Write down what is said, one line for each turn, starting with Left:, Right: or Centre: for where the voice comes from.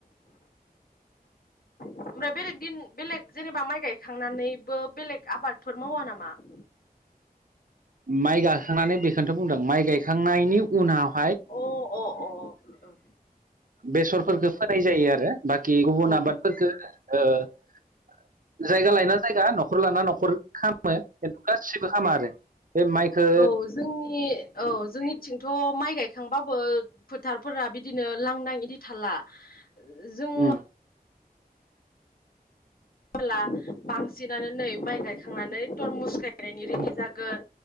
Left: ओमफ्राय बेलेग दिन बेलेग जेनेबा माइ गायखांनानैबो बेलेग आबादफोर मावा नामा? <inaudible>
Right: माइ गाखांनानै बेखौनोथ' बुंदों माइ गायखांनायनि उनाव
Left: अ अ अ अ
Right: बेसरफोरखौ फोनाय जायो आरो बाखि गुबुन
Left: औ
Right: आबादफोरफोरखौ ओ जायगा लायना जायगा न'खर लाना न'खर खालामो खिन्थु गासिबो खामा आरो बे माइखौ
Left: औ जोंनि औ जोंनिथिंथ' माइ गायखांबाबो फोथारफोरा बिदिनो लांदां इदि थाला जों
Right: उम
Left: ला बांसिनानो नै माइ गायखांनानै तरमुस गाय रेडि
Right: उम
Left: जागोन